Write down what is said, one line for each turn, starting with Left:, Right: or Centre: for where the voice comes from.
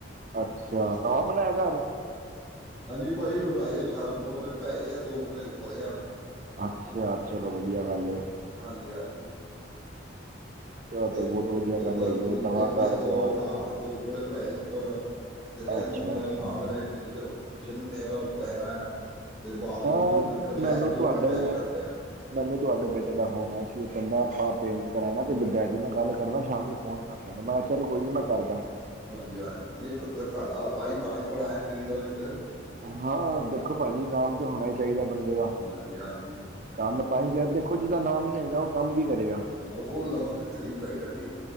Right: ਅੱਛਾ ਨਵਾਂ ਬਣਾਇਆ ਘਰ।
Centre: ਹਾਂਜੀ ਬਾਈ ਬਣਾਏ ਚਾਰ ਕਮਰੇ ਬਣਾਏ ਆ ਦੋ ਕਮਰੇ ਉੱਪਰ ਆ।
Right: ਅੱਛਿਆ ਚਲੋ ਵਧੀਆ ਗੱਲ ਏ।
Centre: ਹਾਂਜੀ ਹਾਂਜੀ
Right: ਇਹ ਤਾਂ
Centre: ਤੇ ਉੱਪਰ
Right: ਬਹੁਤ ਵਧੀਆ ਗੱਲ ਹੈਗੀ
Centre: ਕਮਰੇ
Right: ਹੈ ਨਵਾਂ
Centre: ਬਣੇ ਬਣਾਏ।
Right: ਘਰ
Centre: ਦੋ
Right: ਬਣਵਾਇਆ
Centre: ਹਾਂ ਦੋ ਕਮਰੇ ਬਣਾਏ ਉੱਪਰ। ਤੇ ਕਹਿਣ
Right: ਅੱਛਾ
Centre: ਮਤਲਬ
Right: ਅੱਛਾ
Centre: <unintelligible> ਕਿਚਨ ਵੀ ਨੀ ਹੈਗਾ ਉੱਪਰ ਹੈਗਾ ਆ। ਤੇ ਬਾਤ
Right: ਹਾਂ
Centre: ਬੂਥ ਅਟੈਚ
Right: ਮੈਨੂੰ
Centre: ਦੋਵਾਂ
Right: ਤੁਹਾਡੇ
Centre: ਅਟੈਚ ਕਰਦੇ ਆ।
Right: ਮੈਨੂੰ ਤੁਹਾਡੇ ਬੇਟੇ ਦਾ ਫੋਨ ਆਇਆ ਸੀ। ਉਹ ਕਹਿੰਦਾ ਆਪਾਂ ਪੇਂਟ ਕਰਾਣਾ ਤੇ ਡੈਡੀ ਨਾਲ ਗੱਲ ਕਰਨਾ ਸ਼ਾਮੀ ਫੋਨ ਕਰ ਮੈਂ ਆਖਿਆ ਕੋਈ ਨੀ ਮੈਂ ਕਰਦਾ।
Centre: ਹਾਂਜੀ ਹਾਂਜੀ ਨਹੀਂ ਤੁਹਾਡਾ ਭਾਈ ਨਾਂ ਹੀ ਬੜਾ ਪਿੰਡ ਵਿੱਚ।
Right: ਹਾਂ ਦੇਖੋ ਭਾਜੀ ਨਾਮ ਤੇ ਹੋਣਾ ਹੀ ਚਾਹੀਦਾ ਬੰਦੇ ਦਾ।
Centre: ਹਾਂਜੀ ਹਾਂਜੀ
Right: ਕੰਮ ਤਾਂ ਹੀ ਕਿਹਾ ਦੇਖੋ ਜਿਹਦਾ ਨਾਮ ਨੀ ਹੈਗਾ ਉਹ ਕੰਮ ਕੀ ਕਰੇਗਾ।
Centre: ਹਾਂ, ਉਹ ਉਹ ਤਾਂ ਗੱਲ ਵਾ- ਸਹੀ
Right: <unintelligible>
Centre: ਭਾਈ ਤੁਹਾਡੀ